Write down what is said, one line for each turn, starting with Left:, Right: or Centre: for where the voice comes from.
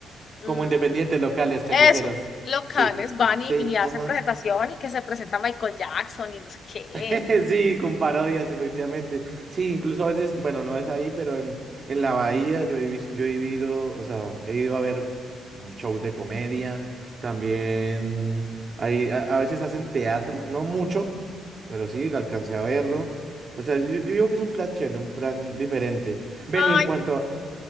Left: Mm,
Right: Como independientes locales, callejeros,
Left: Eso, locales
Right: sí,
Left: van y,
Right: sí,
Left: y hacen
Right: ajá.
Left: presentación y que se presenta Michael Jackson y no sé qué.
Right: <laughs>
Left: y-
Right: Sí, con parodias, efectivamente. Sí, incluso a veces, bueno, no es ahí, pero en, en la Bahía yo he, vis- yo he vivido, o sea, he ido a ver mm, shows de comedia, también hay, a, a veces hacen teatro, no mucho, pero sí, alcancé a verlo. O sea, yo, yo digo que es un plan chévere, un plan diferente. Ven,
Left: Ay,
Right: y en cuanto a,